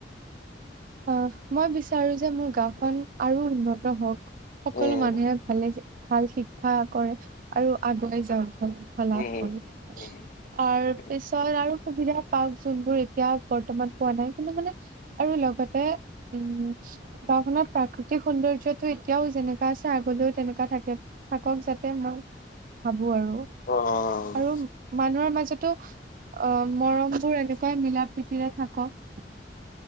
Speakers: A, on the right; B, on the left.
A: অ', মই বিচাৰো যে মোৰ গাঁওখন আৰু উন্নত হওঁক। সকলো
B: উম,
A: মানুহে ভালে ভাল শিক্ষা কৰে আৰু আগুৱাই যাওক। লাভ
B: উম,
A: কৰি তাৰ
B: উম, উম।
A: পিছত আৰু সুবিধা পাওক যোনবোৰ এতিয়া বৰ্তমান পোৱা নাই কিন্তু মানে আৰু লগত উম, গাঁওখনত প্ৰাকৃতিক সৌন্দৰ্যটো এতিয়াও যেনেকোৱা আছে আগলেও তেনেকোৱা থাকে। থাকক যাতে মই ভাবোঁ আৰু।
B: অ'।
A: আৰু মানুহৰ মাজতো অ মৰম বোৰ এনেকুৱাই মিলা প্ৰীতিৰে থাকক